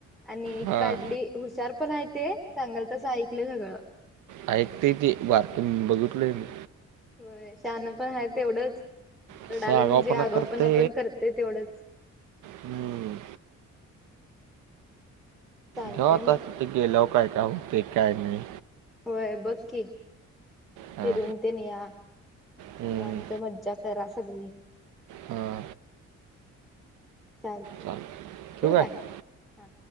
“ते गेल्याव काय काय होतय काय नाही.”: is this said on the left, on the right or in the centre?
Right